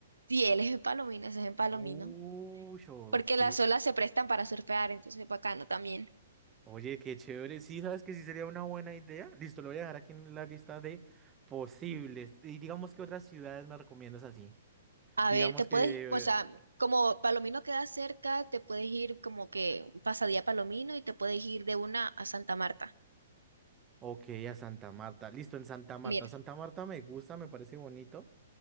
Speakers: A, on the right (about 85°); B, on the right (about 20°).
A: sí, él es en Palomino, ese es en Palomino.
B: Uy, ok.
A: Porque las olas se prestan para surfear, entonces es bacano también.
B: Oye, qué chévere. Sí, sabes que sí sería una buena idea. Listo, lo voy a dejar aquí en la lista de posibles. Y digamos que otras ciudades me recomiendas así.
A: A
B: Digamos
A: ver, te puedes,
B: que. eh,
A: o sea, como Palomino queda cerca, te puedes ir como que un pasadía a Palomino y te puedes ir de una a Santa Marta.
B: Ok, a Santa Marta. Listo, en Santa Marta.
A: Mira.
B: Santa Marta me gusta, me parece bonito.